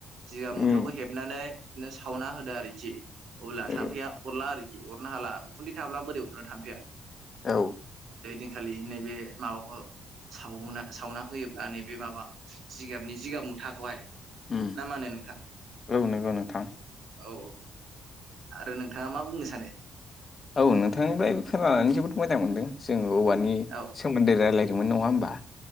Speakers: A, on the right (about 65°); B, on the left (about 35°).
A: जिग मुथावखौ
B: उम
A: हेबनानैनो सावना होदो आरोखि अब्ला
B: औ
A: थाम्फैया अरला आरोखि अरनो हाला उखुन्दै थाब्ला बोरै अरनो थामफैया
B: औ
A: <unintelligible> खालि नैबे माबाखौ सावना सावना होयोब्ला नैबे माबा जिगाबनि जिगाब मुथाखौहाय
B: उम
A: ना मा होनो नोंथां?
B: औ नोंगौ नोंथां।
A: औ औ आरो नोंथाङा मा बुंनो सानो?
B: औ नोंथांनिफ्रायबो खोनानानै जोबोद मोजां मोनदों जोंङो औवानि
A: औ
B: सोमोन्दै रायलायदोंमोन नङा होमबा?